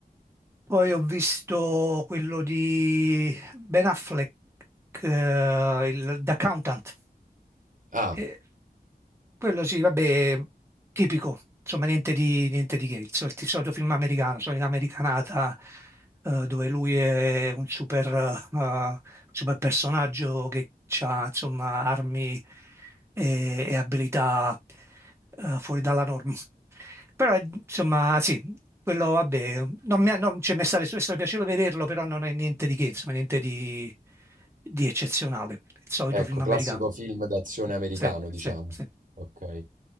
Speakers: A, on the right; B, on the right.
A: Poi ho visto quello di Ben Affleck, eh, il, The Accountant.
B: Ah,
A: E quello sì, vabbè, tipico, insomma, niente di, niente di che, il solito, il solito film americano, solita americanata, eh, dove lui è un super, eh, super personaggio che ha, insomma, armi e, e abilità, eh, fuori dalla norma. Però, insomma, sì, quello, vabbè, non mi, ha- non, cioè, mi è stato, è stato piacevole vederlo, però non è niente di che, insomma, niente di, di eccezionale, il solito
B: ecco,
A: film americano.
B: classico film d'azione americano,
A: Sì, sì,
B: diciamo.
A: sì.
B: Ok.